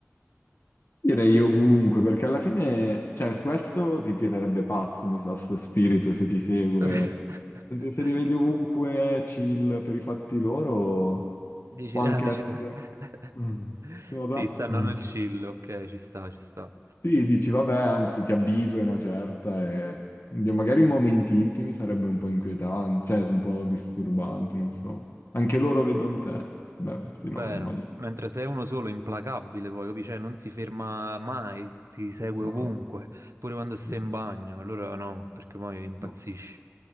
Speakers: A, on the left; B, on the right.
A: Direi ovunque, perché alla fine, cioè, su questo ti tirerebbe pazzo, mi sa, sto spirito, se ti segue.
B: <laughs>
A: Mentre se li vedi ovunque, chill per i fatti loro,
B: Dici,
A: può anche
B: ah, dici
A: essere...
B: tu. <laughs>
A: Mm. Cosa?
B: Sì, stanno
A: Mm.
B: nel chill, ok, ci sta, ci sta.
A: Sì, dici, vabbè, anzi, ti avviso, è una certa, e oddio, magari in momenti intimi sarebbe un po' inquietante, cioè un po' disturbante, non so. Anche loro vedono te. Beh, sì,
B: Vero,
A: no, beh, immagino.
B: mentre se è uno solo implacabile, poi capisci, Cioè, non si ferma mai, ti segue
A: No,
B: ovunque,
A: no,
B: pure quando stai
A: Sì,
B: in bagno, allora no, perché poi impazzisci.
A: no.